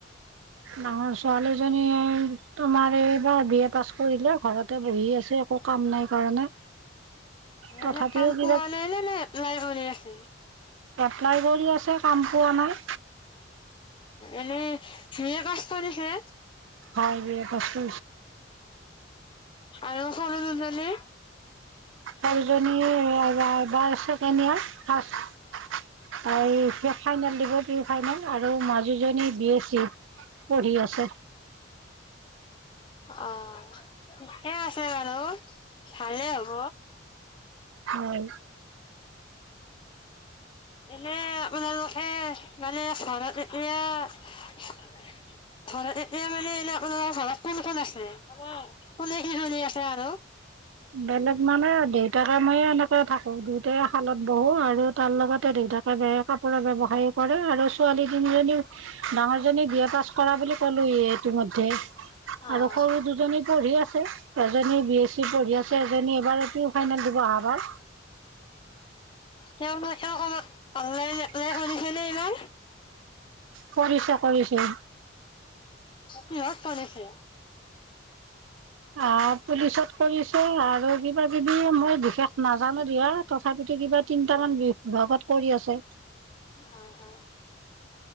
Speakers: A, on the right; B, on the left.
A: ডাঙৰ ছোৱালীজনীয়ে তোমাৰ এইবাৰ বি এ পাছ কৰিলে ঘৰতে বহি আছে একো কাম নাই কাৰণে। তথাপিও
B: এনে কাম
A: কিবা
B: পোৱা নাই নে এপলাই কৰি আছা। উম।
A: এপ্লাই কৰি আছে। কাম পোৱা নাই।
B: এনেই সেয়ে কষ্ট দিছে।
A: হয় যে। বচছো
B: আৰু সৰু দুজনী।
A: হয়। বাৰ ছেকেণ্ড ইয়াৰ ফাৰ্ষট এই ফাইনেল দিব প্ৰিমি ফাইনেল আৰু মাজুজনী বি এছ চি। পঢ়ি আছে।
B: অহ। ঠিকে আছে বাৰু। ভালে হব।
A: হয়।
B: এনে আপোনাৰ লোকে এ মানে ঘৰত এতিয়া ঘৰত এতিয়া মানে এনে আপোনাৰ ঘৰত কোন কোন আছে কোনে কি চলি আছে আৰু
A: বেলেগ মানে দেউতাকে মইে এনেকে থাকো দেউতাই শালত বহো আৰু তাৰ লগতে দেউতাকে বে কাপোৰৰ ব্য়ৱসায় কৰে আৰু ছোৱালী দুজনীও। ডাঙৰজনী বি এ পাছ কৰা বুলি কলো ই ইতিমধ্যে
B: অ'
A: আৰু সৰু দুজনী পঢ়ি আছে। জনী বি এছি পঢ়ি আছে
B: অ
A: এজনী এবাৰ প্ৰি ফাইনেল দিব অহাবাৰ
B: তেওঁ মোৰ। খেল খনত ভাল লাগিলে
A: <inaudible> <unintelligible>
B: তাকে
A: কৰিছে কৰিছে
B: কিহত কৰিছে?
A: অ পুলিচত কৰিছে আৰু কিবা কিবি মই বিশেষ নাজানো দিয়া তথাপিত কিবা তিনটামান
B: হয়
A: বি ভাগত কৰি আছে।
B: হয় হয়।